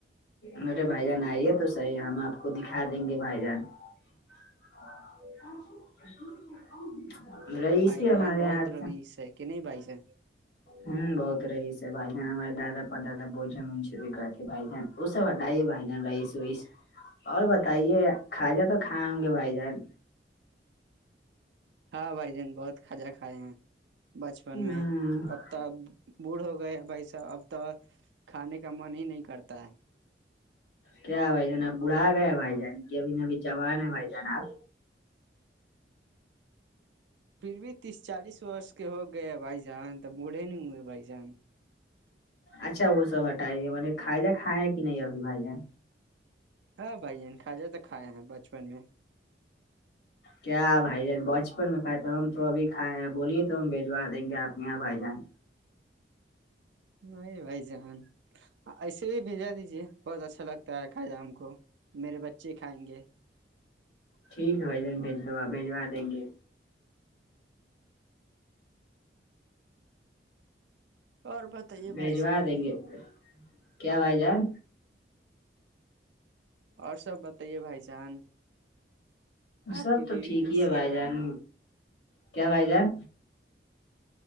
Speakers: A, on the left; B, on the right.
A: مے بھائی جان آئیے تو صحیح ہم آپ کو دکھا دیں گے بھائی جان <inaudible> رہیش
B: بھائی جان
A: ہمارے
B: بہت
A: آج
B: رویش ہے کہ نہیں بھائی جان
A: ہوں بہت رہیس ہے بھائی جان ہمارے دادا پر دادا بت زمین ش بھی کر بھائی جان وہ سب وڈا ہی ہے بھائی جان بائیس وس اور بتائیے کھاجا تو کھائ ہوں گے بھائی جان
B: ہاں بھائی جان بہت کھجا کھائے ہیں بچپن
A: ہ
B: میں اب ت اب بوڑھ ہو گئے بھائی صاحب اب تو کھانے کا من ہی نہیں کرتا ہے
A: کیا بھائی جان آپ بڑھا گئے ہیں بھائی جان یہب ن ابھی جوان ہے بھائی جان آپ
B: پھر بھی تیس چالیس وورس کے ہو گئے بھائی جان تب بوڑھے نہیں ہوئے بھائی جان
A: اچھا وہ سب ہٹائیے م کھ جا کھائےیں ہیں کہ نہیں ابھی بھائی جان
B: ہاں بھائیین کھا جائے تو کھائے ہیں بچپن میں
A: کیا بھائی جان بچپن میں کھائے تھا ہم تو ابھی کھائے ہیں بولیے تو ہم بھجوا دیں گے آپ کے یہاں بھائی جان
B: نہیں بھائی جان ایسے بھی بھیجا دیجے بہت اچھا لگتا ہے کھا جا ہم کو میرے بچے کھائیں گے
A: ٹھیک ہے بھائی جان بھیج دو آپ بجوا دیں گے
B: اور بتائیے
A: بجوا
B: بھائی جان
A: دیں گے کیا بھائی جان
B: اور سب بتائیے بھائی جان آپ
A: سب
B: کی بیوی
A: تو ٹھیک
B: کیسی
A: ہی ہے بھائی جان کیا بھائی جان